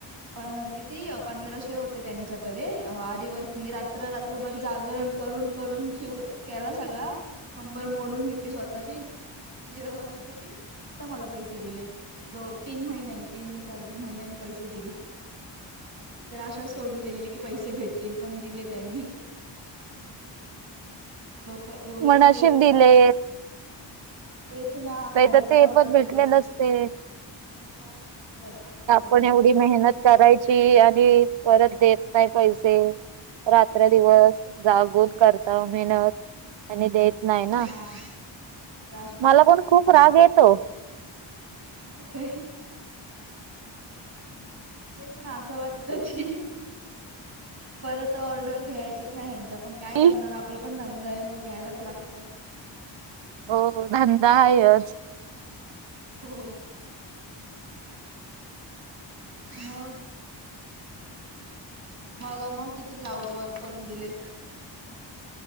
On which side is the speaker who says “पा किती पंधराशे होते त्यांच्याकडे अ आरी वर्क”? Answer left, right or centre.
Right